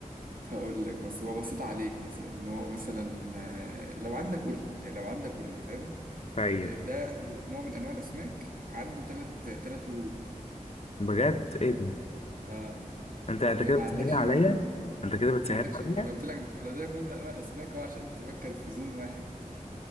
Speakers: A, on the right (about 85°); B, on the left (about 50°).
A: هقول لك بس ببسط عليك مثلا ان هو مثلا آه، لو عندك قول لي يعني لو عندك قول لي فاهم
B: طيب
A: آه، ده نوع من انواع الاسماك عنده ثلاث ثلاث قلوب
B: بجد
A: فاهم
B: ايه ده
A: اه
B: انت انت
A: لا
B: كده
A: ما
B: بتسهل
A: عندكش
B: عليا
A: المعلومه
B: انت كده بتسهل
A: ما عندكش
B: عليا
A: ما انا قلت لك لو قلت لك نوع من انواع الاسماك هو عشان تفكر في زون واحد